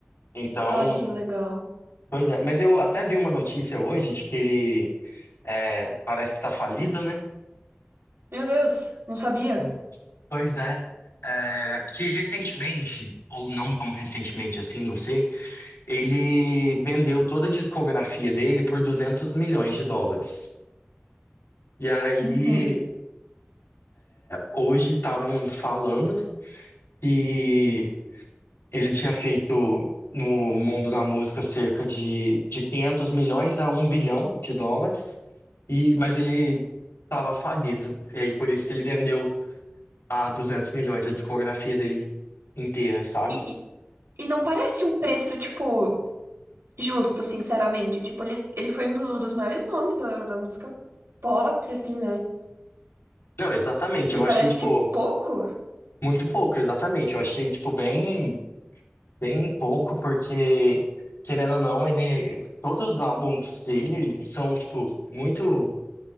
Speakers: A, on the left; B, on the right.
A: Então,
B: Ai, que legal.
A: pois é. Mas eu até vi uma notícia hoje de que ele é, parece que tá falido, né?
B: Meu Deus, não sabia.
A: Oi. Pois é, é, porque recentemente, ou não tão recentemente assim, não sei, ele vendeu toda a discografia dele por 200 milhões de dólares. E aí,
B: Uhum.
A: hoje estavam falando que ele tinha feito no mundo da música cerca de, de 500 milhões a um bilhão de dólares, e, mas ele estava falido. E aí, por isso que ele vendeu a 200 milhões a discografia dele inteira, sabe?
B: E, e, e não parece um preço, tipo, Justo, sinceramente. Tipo, ele, ele foi um do- dos maiores nomes da, da música pop, assim, né?
A: Não, exatamente.
B: Me
A: Eu
B: parece
A: achei, tipo,
B: pouco.
A: muito pouco, exatamente. Eu achei, tipo, bem, bem pouco, porque, querendo ou não, ele, todos os álbuns dele são, tipo, muito.